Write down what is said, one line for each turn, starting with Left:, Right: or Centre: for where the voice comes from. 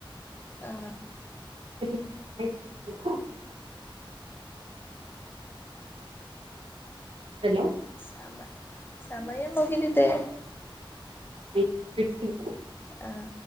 Left: ಹ
Right: <unintelligible> ಬಿಟ್ಟು. ಹಲೋ.
Left: ಸಮ ಸಮ ಸಮಯ ಮುಗಿದಿದೆ.
Right: ಹ ಆಯ್ತು. <unintelligible>
Left: ಹ